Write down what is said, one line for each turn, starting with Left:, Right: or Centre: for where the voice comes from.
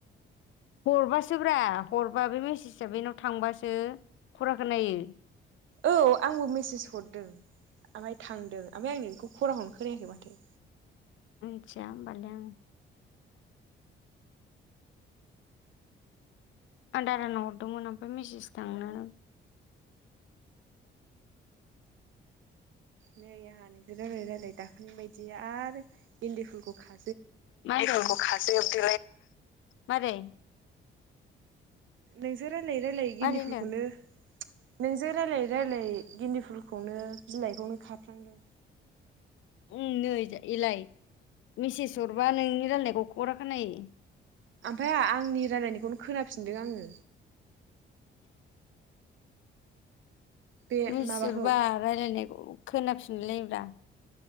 Left: हरबासोब्रा हरबा बे मेसेजआ बेनाव थांबासो खरा खोनायो।
Right: औ आंबो मेसेज हरदों। ओमफाय थांदों ओमफाय आं नोंनिखौ खरा खौनो खोनायाखै माथो?
Left: मिथिया होमबालाय आं। आं दादानाव हरदोंमोन ओमफाय मेसेज थांनो
Right: नै आंहा नोंदो रायलाय रायलाय दाख्लैनि बायदि आरो इन्दि फुलखौ खा
Left: मा होनदों मारै?
Right: नोंजों रायज्लायै रायज्लायै
Left: मारै
Right: गेन्दि
Left: होनदों
Right: फुलखौनो नोंजों रायज्लायै रायज्लायै गेन्दि फुलखौनो बिलाइखौनो खाफ्लांदों।
Left: उम नै एलाय मेसेज हरबा नोंनि रायलायनायखौ खरा खोनायो।
Right: ओमफ्राय आहा आंनि रायलायनायखौनो खोनाफिनदों आङो बे
Left: मेसेज
Right: माबाखौ
Left: हरबा रायलायनायखौ खोनाफिनलाय लायो ब्रा।